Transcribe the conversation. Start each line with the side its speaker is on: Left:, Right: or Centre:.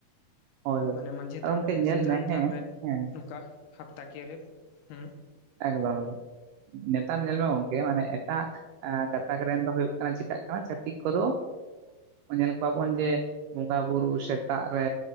Right: ᱦᱳᱭ ᱦᱳᱭ
Left: ᱢᱟᱱᱮ ᱢᱟᱹᱡᱷᱤ
Right: ᱟᱫᱚ
Left: ᱛᱷᱟᱱ
Right: ᱜᱚᱝᱠᱮ
Left: ᱨᱮ
Right: ᱧᱮᱞ
Left: ᱥᱮ ᱡᱟᱦᱮᱨ
Right: ᱢᱮ ᱦᱮᱸ
Left: ᱛᱷᱟᱱ ᱨᱮ
Right: ᱦᱮᱸ
Left: ᱱᱚᱝᱠᱟ ᱦᱟᱯᱛᱟ ᱠᱤᱭᱟ. ᱨᱮ ᱦᱩᱸ
Right: ᱮᱠᱫᱚᱢ ᱮᱠᱫᱚᱢ ᱱᱮᱛᱟᱨ ᱧᱮᱞ ᱢᱮ ᱜᱚᱝᱠᱮ ᱢᱟᱱᱮ ᱮᱴᱟᱜ ᱜᱟᱛᱟᱠ ᱨᱮᱱ ᱫᱚ ᱦᱩᱭᱩᱜ ᱠᱟᱱᱟ ᱪᱤᱠᱟᱜ ᱠᱟᱱᱟ ᱪᱷᱟᱹᱛᱤᱠ ᱠᱚᱫᱚ ᱧᱮᱞ ᱠᱚᱣᱟ ᱵᱚᱱ ᱡᱮ ᱵᱚᱸᱜᱟ ᱵᱩᱨᱩ ᱥᱮᱛᱟᱜ ᱨᱮ